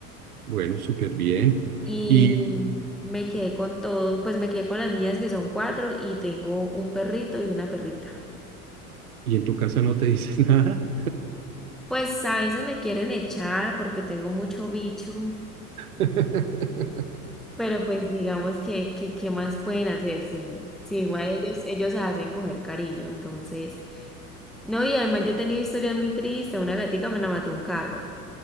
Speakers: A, on the right; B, in the centre.
A: Bueno, súper bien.
B: Y
A: ¿Y,
B: me quedé con todo, pues me quedé con las mías que son cuatro y tengo un perrito y una perrita.
A: y en tu casa no te dice <laughs> nada?
B: Pues a veces me quieren echar porque tengo mucho bicho,
A: <laughs>
B: pero pues digamos que, que ¿qué más pueden hacer? Si, si igual ellos, ellos se hacen coger cariño, entonces. No, y además yo he tenido historias muy tristes. Una gatica me la mató un carro.